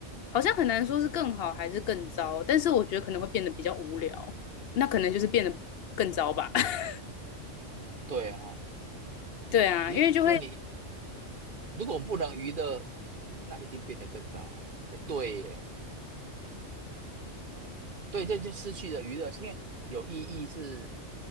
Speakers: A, on the left (about 60°); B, on the right (about 45°).
A: 好像很难说是更好还是更糟，但是我觉得可能会变得比较无聊，那可能就是变得更糟吧。<laughs>
B: 对哦，
A: 对啊，
B: 你说你
A: 因为就会，
B: 如果不能娱乐，那一定变得更糟啊！哎，对耶。对，这就失去了娱乐，因为有意义是，